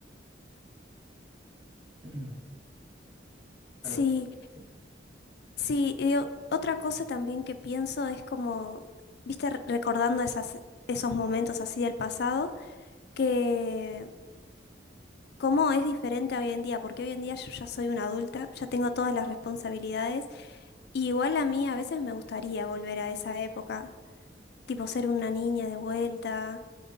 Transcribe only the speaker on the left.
Sí,
sí. y o- otra cosa también que pienso es como, viste, re- recordando esas, esos momentos así del pasado, que ¿Cómo es diferente hoy en día? Porque hoy en día yo ya soy una adulta, ya tengo todas las responsabilidades y igual a mí a veces me gustaría volver a esa época, tipo ser una niña de vuelta